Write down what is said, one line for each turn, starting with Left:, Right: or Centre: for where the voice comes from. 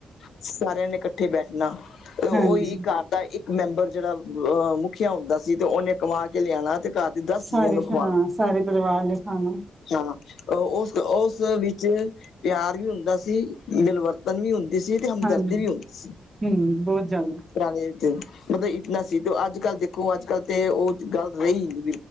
Left: ਸਾਰਿਆਂ ਨੇ ਇਕੱਠੇ ਬੈਠਣਾ, ਉਹੀ
Right: ਹਾਂਜੀ
Left: ਕਾ ਤਾਂ ਇੱਕ ਮੈਂਬਰ, ਜਿਹੜਾ ਮੁਖੀਆਂ ਹੁੰਦਾ ਸੀ। ਤੇ ਉਹਨੇ ਕਮਾ ਕੇ ਲਿਆਣਾ, ਤੇ ਘਰ ਦੇ ਦਸ
Right: ਸਾਰੇ
Left: ਜੀਆਂ ਨੂੰ ਖਵਾਣਾ
Right: ਹਾਂ, ਸਾਰੇ ਪਰਿਵਾਰ ਨੇ ਖਾਣਾ
Left: ਹਾਂ ਉਸ ਉਸ ਵਿੱਚ ਪਿਆਰ ਵੀ ਹੁੰਦਾ ਸੀ। ਮਿਲਵਰਤ ਤਗੀ ਹੁੰਦੀ ਸੀ ਤੇ, ਹਮਦਰਦੀ
Right: ਹਾਂਜੀ
Left: ਵੀ ਹੁੰਦੀ ਸੀ।
Right: ਹਮ ਬਹੁਤ ਜ਼ਿਆਦਾ
Left: ਘਰਾ ਵਿੱਚ ਮਤਲਬ ਇਤਨਾ ਸੀ ਤੇ ਅੱਜਕੱਲ ਦੇਖੋ ਅੱਜਕੱਲ ਤੇ ਉਹ ਗੱਲ ਰਹੀ ਨਈ।